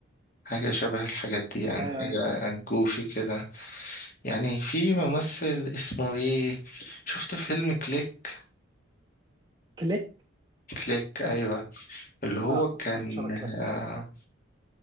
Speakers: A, on the left (about 40°); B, on the right (about 20°).
A: حاجة شبه الحاجات دي يعني
B: آه
A: حاجة جوفي كده يعني في ممثل اسمه ايه شفت فيلم كليك
B: كليك
A: كليك أيوة اللي هو
B: لا ما اتفرجتش
A: كان
B: على كليك
A: آه،